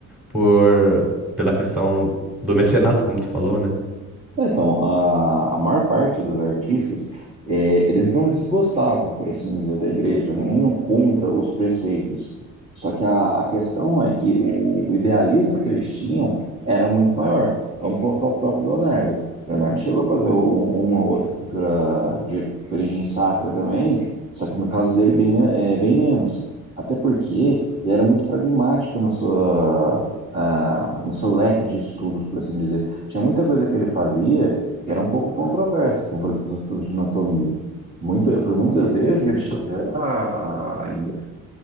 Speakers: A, in the centre; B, on the right.
A: por, pela questão do mecenato, como tu falou, né?
B: É, Então, a, a maior parte dos artistas, eh, eles não desgostavam, por assim dizer, da igreja, não iam contra os preceitos. Só que a, a questão é que o, o idealismo que eles tinham era muito maior. Vamos colocar o próprio Leonardo. Leonardo chegou a fazer u- uma outra pintura de origem sacra também, só que no caso dele, bem, me- eh, bem menos. Até porque ele era muito pragmático na sua, ah, no seu leque de estudos, por assim dizer. Tinha muita coisa que ele fazia que era um pouco controversa, como por exemplo os estudos de anatomia. Muita, por muitas vezes ele chegou a, a, no